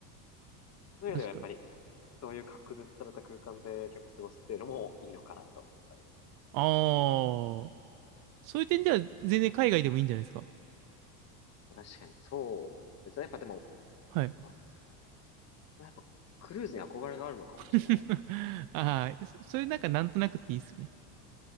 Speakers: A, on the left (about 30°); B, on the right (about 45°).
A: そういう意味ではやっぱり、
B: 確かに。
A: そういう隔絶された空間で結構過ごすっていうのもいいのかなと思ったり。
B: ああ、そういう点では全然海外でもいいんじゃないですか。
A: 確かにそうですね。やっぱでも、
B: はい。
A: どうなんですかね。まあ、やっぱ、クルーズに憧れがあるのかもしれないですね。
B: <laughs> ああ、そそれなんかなんとなくっていいっすよね。